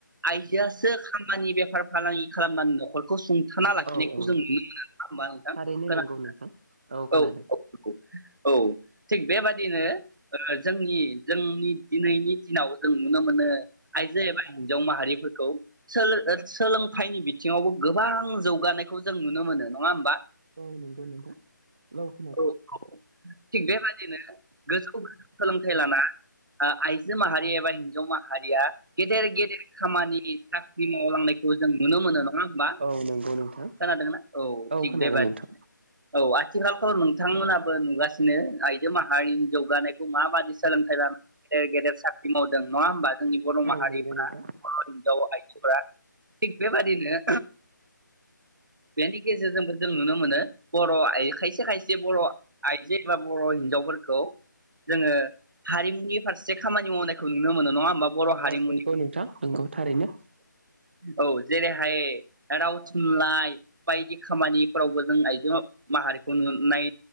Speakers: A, on the right (about 75°); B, on the right (about 35°).
A: आइजोआसो खामानि बेफार फालांगि खालामनानै न'खर खौ सुंथाना लाखिनाय
B: औ
A: जों नुनो
B: औ
A: मोनो नङा होमबा नोंथां
B: थारैनो
A: खोनादोंना
B: नंगौ नोंथां खोनादों
A: औ औ औ थिग बेबादिनो ओ जोंनि जोंनि दिनैनि दिनाव जों नुनो मोनो आइजो एबा हिनजाव माहारिफोरखौ सोल ओ सोलोंथाइनि बिथिङावबो गोबां जौगानायखौ जों नुनो मोनो नङा होमबा?
B: औ नंगौ नंगौ <unintelligible>
A: औ थिग बेबादिनो <unintelligible> सोलोंथाइ लाना आ आइजो माहारि एबा हिनजाव माहारिया गेदेर गेदेर खामानिनि साख्रि मावलांनायखौ जों नुनो मोनो न ङा होमबा
B: औ नंगौ नोंथां
A: खोनादोंना औ थिक
B: खोनादों
A: बेबादि
B: नोंथां
A: औ आथि <inaudible> नोंथांमोनाबो नुगासिनो आइजो माहारिनि जौगानाय <unintelligible> माबादि सोलोंथाइ <inaudible> गेदेर साख्रि मावदों नङा होमबा जोंनि बर' माहारिफोरा
B: औ नंगौ नोंथां
A: <inaudible> थिक बैबादिनो बेनि गेजेरजोंबो जों नुनो मोनो बर' <unintelligible> खायसे खायसे बर' आइजो एबा बर' हिनजावफोरखौ जोङो हारिमुनि फारसे खामानि मावनायखौ नुनो मोनो नङा होमबा बर' हारिमुनि
B: औ नंगौ नोंथां नंगौ थारैनो।
A: औ जेरैहाय राव थुनलाइ बायदि खामानिफोरावबो जों आइजो माहारि उन उन नाय